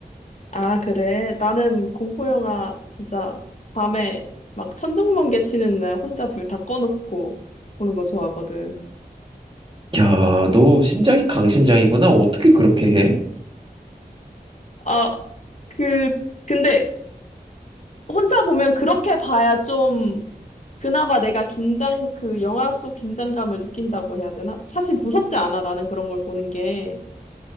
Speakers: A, on the left (about 45°); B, on the right (about 30°).
A: 아, 그래. 나는 공포 영화 진짜 밤에 막 천둥번개 치는 날 혼자 불 다 꺼놓고 보는 거 좋아하거든.
B: 야, 너 심장이 강심장이구나. 어떻게 그렇게 해?
A: 아, 그, 근데 혼자 보면 그렇게 봐야 좀 그나마 내가 긴장, 그 영화 속 긴장감을 느낀다고 해야 되나? 사실 무섭지 않아, 나는 그런 걸 보는 게.